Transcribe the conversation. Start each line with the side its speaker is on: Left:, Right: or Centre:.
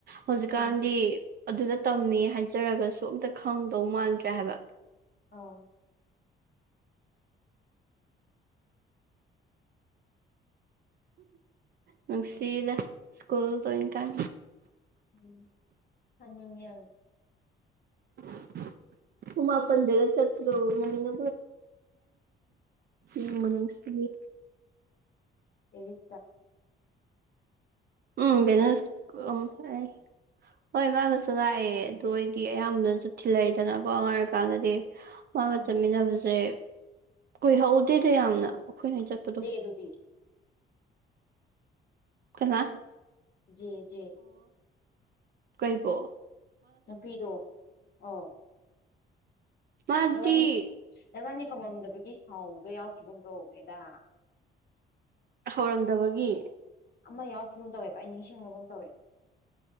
Right: ꯍꯧꯖꯤꯛꯀꯥꯟꯗꯤ
Left: ꯎꯝ
Right: ꯑꯗꯨꯗ ꯇꯝꯃꯤ ꯍꯥꯏꯖꯔꯒꯁꯨ ꯑꯝꯇ ꯈꯪꯗꯧ ꯃꯥꯟꯗ꯭ꯔꯦ ꯍꯥꯏꯕ
Left: ꯑ
Right: ꯅꯨꯡꯁꯤꯗ ꯁ꯭ꯀꯨꯜꯗ ꯑꯣꯏꯅ ꯀꯥꯟ
Left: ꯎꯝ ꯑꯅꯤꯉ
Right: <unintelligible> ꯍꯨꯡ ꯃꯥꯄꯟ ꯒ ꯆꯠꯂꯧ ꯃꯅ ꯎꯝꯃ ꯅꯁꯤꯦ
Left: ꯑꯦꯁꯇ
Right: ꯎꯝ ꯕꯅ ꯎ ꯍꯣꯏ ꯃꯥꯒꯁꯨ ꯂꯥꯛꯑꯦ ꯑꯗꯨ ꯑꯣꯏꯗꯤ ꯑꯌꯥꯝꯕꯅꯁꯨ ꯊꯤꯜꯂꯛꯏꯗꯅꯀꯣ ꯉꯉꯥꯡꯔꯀꯥꯟꯗꯗꯤ ꯃꯥꯒ
Left: ꯎꯝ
Right: ꯆꯠꯃꯤꯟꯅꯕꯁꯦ ꯀꯨꯏꯍꯧꯗꯦꯗ ꯌꯥꯝꯅ ꯑꯩꯈꯣꯏꯍꯩꯅ ꯆꯠꯄꯗꯣ
Left: ꯖꯦꯗꯨꯗꯤ
Right: ꯀꯅꯥ
Left: ꯖꯤ
Right: ꯀꯩ ꯄꯣ
Left: ꯅꯨꯄꯤꯗꯣ ꯑꯥꯎ
Right: ꯃꯥꯗꯤ
Left: ꯔꯕꯥꯅꯤ ꯔꯕꯥꯅꯤ ꯀꯪꯉꯝꯗꯕꯒꯤ ꯁꯥꯎꯕꯗꯣ ꯌꯥꯎꯈꯤꯕꯒꯨꯝꯗꯣꯅꯦꯗꯥ
Right: ꯍꯧꯔꯝꯗꯕꯒꯤ
Left: ꯑꯃ ꯌꯥꯎꯔꯈꯤꯕꯒꯨꯝ ꯇꯧꯋꯦꯕ ꯑꯩ ꯅꯤꯡꯁꯤꯡꯕꯒꯨꯝ ꯇꯧꯋꯦ